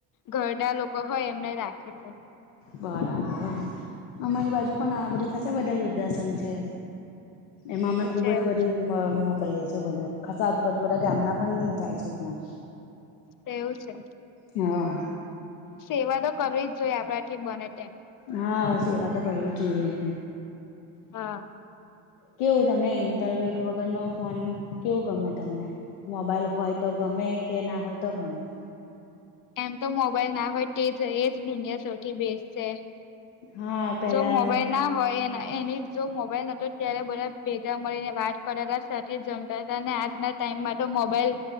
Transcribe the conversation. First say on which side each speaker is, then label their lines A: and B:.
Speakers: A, on the left (about 40°); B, on the left (about 80°).
A: ઘરડા લોકો હોય, એમને રાખે છે.
B: બરાબર. અમારી બાજુ પણ આ બધા થતા બધા વૃદ્ધાશ્રમ છે. એમાં અમે
A: અચ્છા
B: ખુબ જ
A: એવું
B: બધી મ મો કરીએ છે, બધું ખાસ આજુબાજુ બધા ગામના પણ જાય છે, ત્યાં.
A: તેવું છે,
B: હા
A: સેવા તો કરવી જ જોઈએ, આપણાથી બને તેમ.
B: હા, સેવા તો કરવી જ જોઈએ, હમ્મ.
A: હા.
B: કેવું તમને ઇન્ટરવેટ વગરનો ફોન કેવું ગમે તમને? મોબાઈલ હોય તો, ગમે કે ના હોય તો ગમે.
A: એમ તો મોબાઈલ ના હોય, તે જ એ જ દુનિયા સૌથી બેસ્ટ છે.
B: હા. પેલા
A: જો મોબાઈલ ના હોય, એના એની જ જો મોબાઈલ નતો ત્યારે બધા ભેગા મળીને વાત કરેલા, સાથે જમતા હતા, અને આજના ટાઈમમાં તો મોબાઈલ